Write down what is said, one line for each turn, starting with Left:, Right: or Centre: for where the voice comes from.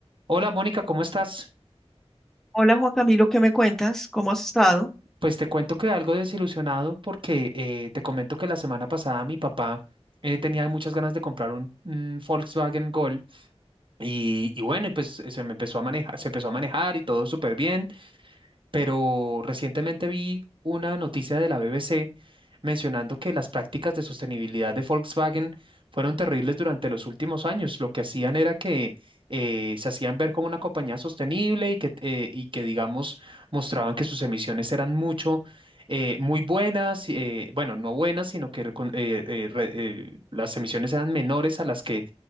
Right: Hola Mónica, ¿cómo estás?
Centre: Hola Juan Camilo, ¿qué me cuentas? ¿Cómo has estado?
Right: Pues te cuento que algo desilusionado porque eh, te comento que la semana pasada mi papá eh, tenía muchas ganas de comprar un, un Volkswagen Gol y, y bueno, y pues eh, se me empezó a manejar, se empezó a manejar y todo súper bien. pero recientemente vi una noticia de la BBC mencionando que las prácticas de sostenibilidad de Volkswagen fueron terribles durante los últimos años. Lo que hacían era que eh, se hacían ver como una compañía sostenible y que, eh, y que digamos, mostraban que sus emisiones eran mucho, eh, muy buenas, eh, bueno, no buenas, sino que recon- eh, eh, re- eh, las emisiones eran menores a las que